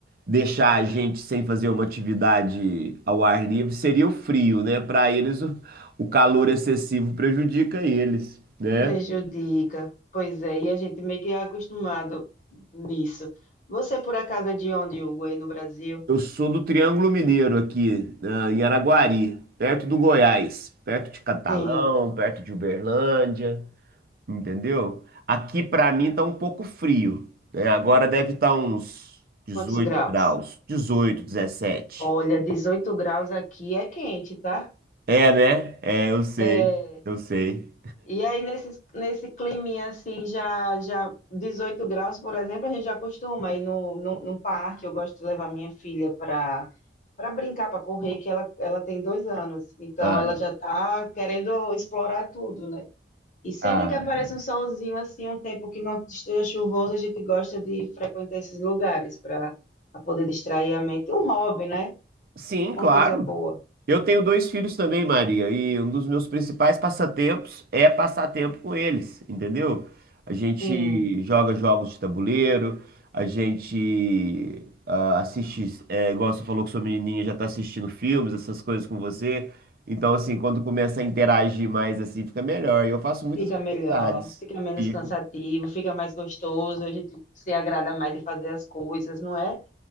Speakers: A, on the right (about 55°); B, on the left (about 45°).
A: deixar a gente sem fazer uma atividade ao ar livre seria o frio, né? Para eles, o, o calor excessivo prejudica eles, né?
B: Prejudica. Pois é, e a gente meio que é acostumado nisso. Você, por acaso, é de onde, Hugo, aí no Brasil?
A: Eu sou do Triângulo Mineiro aqui, ah, em Araguari, perto do Goiás, perto de Catalão,
B: Sim.
A: perto de Uberlândia. entendeu? Aqui pra mim tá um pouco frio, né? Agora deve estar uns 18
B: Quantos graus?
A: graus, 18, 17.
B: Olha, 18 graus aqui é quente, tá?
A: É, né? É, eu sei,
B: É,
A: eu sei.
B: E aí, nesse, nesse climinha assim, já, já 18 graus, por exemplo, a gente já costuma ir no, no, no parque. Eu gosto de levar minha filha para para brincar, para correr, que ela, ela tem dois anos. Então,
A: Ai,
B: ela já está querendo explorar tudo, né? E sempre
A: ai.
B: que aparece um solzinho assim, um tempo que não esteja chuvoso, a gente gosta de frequentar esses lugares para poder distrair a mente. Um hobby, né?
A: Sim,
B: Uma
A: claro.
B: coisa boa.
A: Eu tenho dois filhos também, Maria, e um dos meus principais passatempos é passar tempo com eles, entendeu? A gente
B: Sim,
A: joga jogos de tabuleiro, a gente ah, assiste, é, igual você falou que sua menininha já tá assistindo filmes, essas coisas com você. Então, assim, quando começa a interagir mais, assim, fica melhor. E eu faço muitas
B: fica
A: atividades.
B: melhor, fica menos
A: Fica.
B: cansativo, fica mais gostoso, a gente se agrada mais de fazer as coisas, não é?